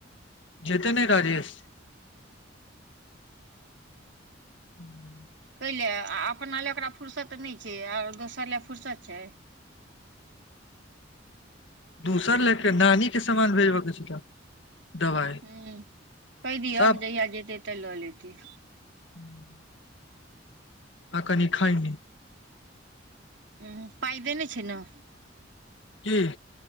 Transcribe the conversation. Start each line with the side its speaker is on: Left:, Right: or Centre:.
Left: जेते ने राजेश <unintelligible>
Right: कैलए आ अपना लए ओकरा फुरसत नहि छै आ दोसर लए फुरसत छै
Left: दोसर लएके नानी के समामान भेजबय के छै तऽ दवाइ
Right: ह कहि दियअ
Left: सब
Right: जहिया जेते तऽ लऽ लेतय
Left: <unintelligible> आ कनि खायनी
Right: ह पाइ देने छै नऽ
Left: की